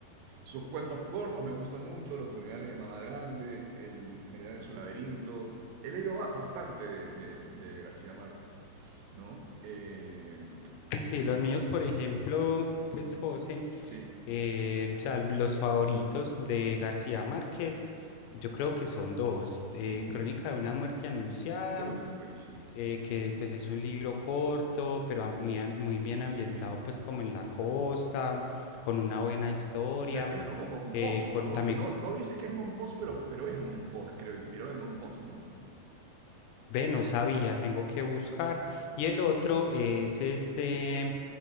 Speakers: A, on the right (about 80°); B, on the left (about 85°).
A: Sus cuentos cortos me gustan mucho, Los funerales de Mamá Grande, El general en su laberinto. He leído ba- bastante de, de- de García Márquez, ¿no? Eh,
B: Pues Sí,
A: y
B: los míos, por ejemplo, pues José,
A: sí.
B: eh, o sea, los favoritos de García Márquez, yo creo que son dos. eh,
A: Ujú.
B: Crónica de una muerte anunciada,
A: Uy, buenísimo.
B: eh, que pues es un libro corto, pero am- muy, am- muy bien ambientado
A: Sí.
B: pues como en la costa, con una buena historia,
A: Pero es como Monpós,
B: eh, con
A: ¿no?
B: también
A: Pero No, no dice que es Monpós, pero, pero es Monpós, creo, inspiró en Monpós, ¿no?
B: Ve, no sabía, tengo que buscar. Y el otro es este,